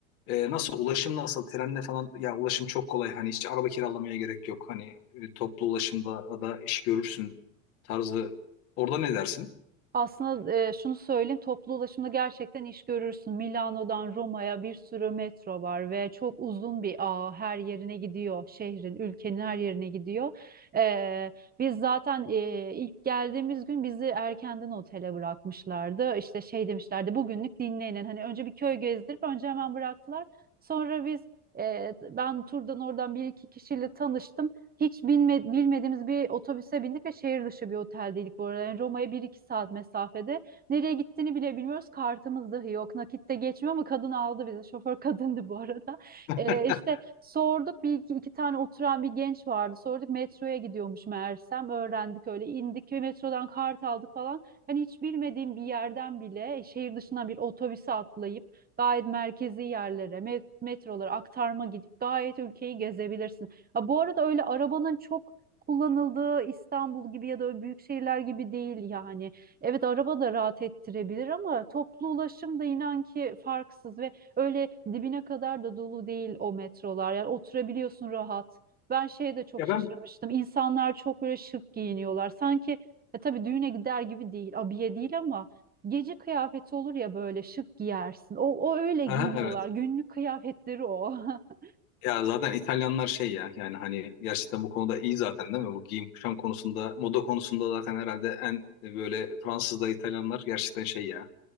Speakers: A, on the left; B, on the right.
A: e, nasıl ulaşım nasıl trenle falan ya ulaşım çok kolay hani hiç araba kiralamaya gerek yok hani e, toplu ulaşımda da iş görürsün tarzı orada ne dersin?
B: Aslında e, şunu söyleyeyim, toplu ulaşımda gerçekten iş görürsün. Milano'dan Roma'ya bir sürü metro var ve çok uzun bir ağ her yerine gidiyor. Şehrin, ülkenin her yerine gidiyor. E, biz zaten e, ilk geldiğimiz gün bizi erkenden otele bırakmışlardı. İşte şey demişlerdi, bugünlük dinlenin. Hani önce bir köy gezdirip önce hemen bıraktılar. Sonra biz e, ben turdan oradan bir iki kişiyle tanıştım. Hiç bilme- bilmediğimiz bir otobüse bindik ve şehir dışı bir oteldeydik bu arada. Yani Roma'ya bir iki saat mesafede. Nereye gittiğini bile bilmiyoruz. Kartımız dahi yok. Nakitte geçmiyor ama kadın aldı bizi. Şoför <laughs> kadındı bu arada.
A: <laughs>
B: Ee, işte sorduk bir iki, iki tane oturan bir genç vardı. Sorduk metroya gidiyormuş meğersem. Öğrendik öyle indik ve metrodan kart aldık falan. Hani hiç bilmediğim bir yerden bile e, şehir dışına bir otobüse atlayıp gayet merkezi yerlere, me- metrolara aktarma gidip gayet ülkeyi gezebilirsin. Ha, bu arada öyle arabanın çok kullanıldığı İstanbul gibi ya da öyle büyük şehirler gibi değil yani. Evet araba da rahat ettirebilir ama toplu ulaşım da inan ki farksız ve öyle dibine kadar da dolu değil o metrolar. Yani oturabiliyorsun rahat. Ben şeye de çok
A: Ya
B: şaşırmıştım.
A: ben
B: İnsanlar çok böyle şık giyiniyorlar. Sanki e, tabii düğüne gider gibi değil, abiye değil ama gece kıyafeti olur ya böyle şık giyersin. O, o öyle
A: Aha,
B: giyiniyorlar.
A: evet.
B: Günlük kıyafetleri o. <laughs>
A: Ya zaten İtalyanlar şey ya yani hani gerçekten bu konuda iyi zaten değil mi? Bu giyim kuşam konusunda, moda konusunda zaten herhalde en e, böyle Fransız da İtalyanlar gerçekten şey ya.